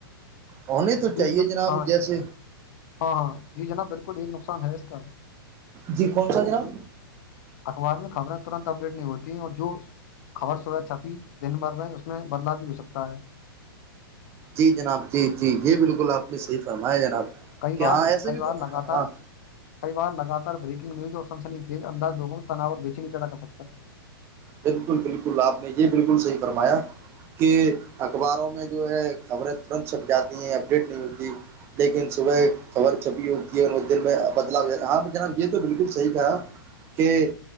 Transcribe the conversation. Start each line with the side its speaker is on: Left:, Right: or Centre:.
Right: ہونے تو
Left: ایک
Right: چاہیے
Left: نق...
Right: جناب
Left: ہاں
Right: جیسے
Left: ایک- ہاں ہاں جی جناب بالکل ایک نقصان ہے اس کا
Right: جی کون سا جناب
Left: اخبار میں خبریں ترنت اب نہیں ہوتی ہیں اور جو خبر س ہو چھپی دن بھر میں اس میں بدلاؤ بھی ہو سکتا ہے
Right: جی جناب جی جی یہ بالکل آپ نے صحیح فرمایا جناب
Left: کئی
Right: کہ
Left: بار
Right: ہاں ایسے
Left: کئی
Right: بھی
Left: بار
Right: ہاں
Left: لگاتار
Right: ہاں
Left: کئی بار لگاتار بریکنگیوز اور سمسنی فیج انداز لووں میں تناو اور بیچنی پیدا کر سکتا ہے
Right: بالکل بالکل آپ نے یہ بالکل صحیح فرمایا کہ اخباروں میں جو ہے خبریں ترنت سب جاتی ہیں اپڈیٹ نہیں ہوتی لیکن صبح خبر چھپی ہوتی ہے وہ دن میں بدلاؤ ہو جاتا ہاں جناب یہ تو بالکل صحیح کا کہ